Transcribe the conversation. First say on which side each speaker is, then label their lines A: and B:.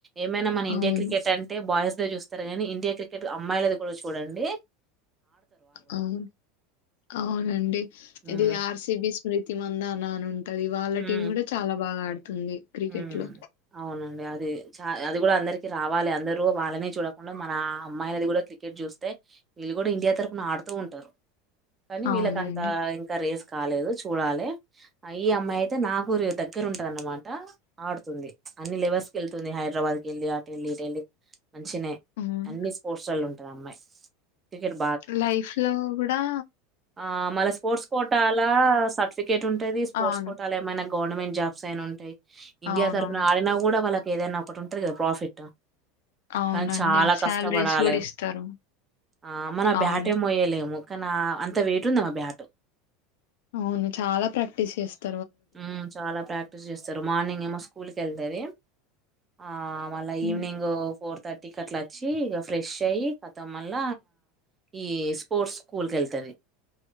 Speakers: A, on the right; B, on the left.
A: ఏమైనా మన.
B: అవును.
A: ఇండియా క్రికెట్ అంటే బాయ్స్ దే చూస్తారు కానీ ఇండియా క్రికెట్ అమ్మాయిలది కూడా చూడండే.
B: అవును అవునండి
A: హ్మ్.
B: ఇది ఆర్సిబి చ్. స్మ్రితి మందాన అని ఉంటది వాళ్ళ
A: హ్మ్.
B: టీం కూడా చాలా బాగా ఆడుతుంది క్రికెట్
A: హ్మ్
B: లో.
A: అవునండి అది చ అది కూడా అందరికి రావాలి అందరు వాళ్ళనే చూడకుండా మన అమ్మాయిలది కూడా క్రికెట్ చూస్తే. వీళ్ళు కూడా ఇండియా తరపున ఆడుతూ ఉంటారు కానీ వీళ్ళకంత
B: అవునండి.
A: ఇంకా రేస్. కాలేదు చూడాలి ఈ అమ్మాయి అయితే నాకు దగ్గర ఉంటది అన్నమాట. ఆహ్ ఆడుతుంది అన్ని లెవెల్స్ కి వెళ్తుంది హైదరాబాద్ కి వెళ్ళి ఆటెళ్ళి ఈటెళ్ళి. మంచినే
B: హ్మ్.
A: అన్ని స్పోర్ట్స్లలో ఉంటది ఆ అమ్మాయి. క్రికెట్
B: లైఫ్ లో కూడా.
A: ఆహ్ మళ్ళా స్పోర్ట్స్ కోటాల సర్టిఫికేట్ ఉంటది స్పోర్ట్స్
B: అవును
A: కోటాల ఏమైనా అన్. గవర్నమెంట్ జాబ్స్ అయినా ఉంటాయి ఇండియా
B: అవునవును
A: తరపున ఆడిన కూడా వాళ్ళకు. ఏదైనా ఒకటి ఉంటది కదా ప్రాఫిట్.
B: అవునండి
A: కానీ చాలా
B: శాలరీస్
A: కష్టపడాలి
B: కూడా ఇస్తారు
A: ఆహ్ మనం
B: అవును
A: బ్యాటే మోయలేము. కాన అంత వేయిట్ ఉందమా బ్యాట్.
B: అవును చాలా ప్రాక్టీస్ చేస్తా.
A: ఉమ్ చాలా ప్రాక్టీస్ చేస్తారు మార్నింగ్ ఏమో స్కూల్ కి వెళ్తది. ఆహ్ మళ్ళా
B: హ్మ్.
A: Evening fourth. థర్టీకట్లా వచ్చి ఇక ఫ్రెష్ అయ్యి కతం మళ్ళ ఈ స్పోర్ట్స్ స్కూల్ కి వెళ్తది.